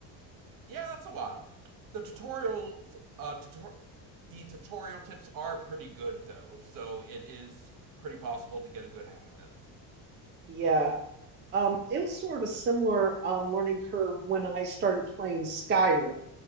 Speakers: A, on the right; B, on the right.
A: Yeah, that's a while. The tutorials, uh, tutor- the tutorial tips are pretty good though, so it is pretty possible to get a good hang of it.
B: Yeah. Um, it was sort of a similar um, learning curve when I started playing Skyrim.